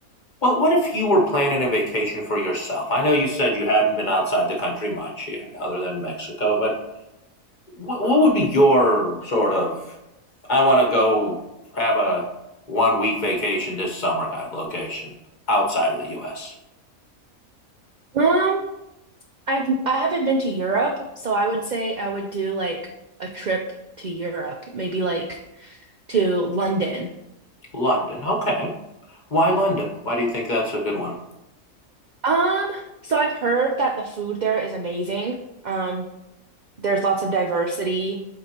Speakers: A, on the left; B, on the right.
A: well, what if you were planning a vacation for yourself? I know you said you hadn't been outside the country much, yeah, other than Mexico, but what, what would be your sort of, I want to go have a one week vacation this summer kind of location outside of the U.S.?
B: Um, I've I haven't been to Europe, so I would say I would do like a trip to Europe, maybe like to London.
A: London. Okay. Why London? Why do you think that's a good one?
B: Um, so I've heard that the food there is amazing. Um, there's lots of diversity,